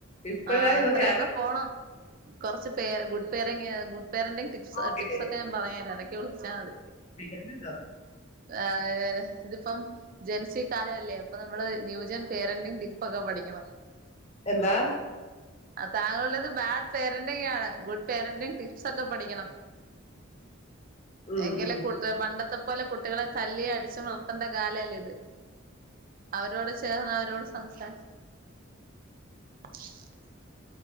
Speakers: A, on the left (about 35°); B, on the right (about 45°).
A: ഇപ്പഴാ
B: ആഹ്
A: ഇതൊക്കെ
B: അത്രയൊക്കെ
A: ആലോ
B: പോണം കൊറച്ച് പേര് good പേരെങ്ങ് good parenting tips
A: okay
B: ടിപ്സൊക്കെ ഞാൻ പറഞ്ഞുതരാ ഇടക്ക് വിളിച്ചാ മതി
A: കേട്ടോ
B: ആഹ് ഇതിപ്പം ജൻസി കാലമല്ലേ അപ്പൊ നമ്മള് ന്യൂജൻ പേരന്റിങ്ങ് ടിപ്പൊക്കെ പഠിക്കണം
A: എന്താ?
B: ആഹ് താങ്കളുടേത് ബാഡ് പേരന്റിങ്ങാണ് ഗുഡ് പേരന്റിങ് ടിപ്സൊക്കെ പഠിക്കണം
A: ഉം
B: എങ്കില്
A: ഉം
B: കുട്ടി പണ്ടത്തെ പോലെ കുട്ടികളെ തല്ലിം അടിച്ചു വളർ തണ്ട കാലല്ല ഇത് അവരോട് ചേർന്ന് അവരോട് സംസാ <inaudible>